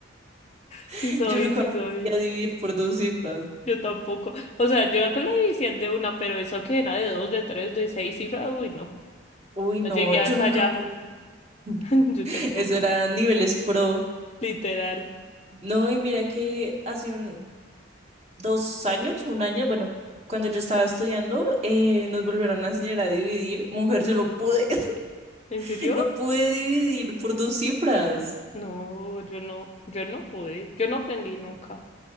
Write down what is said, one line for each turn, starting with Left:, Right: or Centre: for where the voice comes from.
Right: <laughs>
Left: sí soy,
Right: Yo nunca
Left: sí
Right: podía
Left: soy.
Right: dividir por dos cifras.
Left: Yo tampoco. O sea, yo con la división de una, pero eso que era de dos, de tres, de seis cifras, uy, no.
Right: Uy,
Left: No
Right: no,
Left: llegué
Right: yo
Left: hasta
Right: nunca
Left: allá.
Right: pude. <laughs>
Left: <laughs> Yo tampoco.
Right: Eso era niveles pro.
Left: Literal.
Right: No, y mira que hace un, dos años, un año, bueno, cuando yo estaba estudiando, eh, nos volvieron a enseñar a dividir. Mujer, yo no pude,
Left: ¿En
Right: <laughs>
Left: serio?
Right: no pude dividir por dos cifras.
Left: No, yo no. Yo no pude. Yo no aprendí nunca.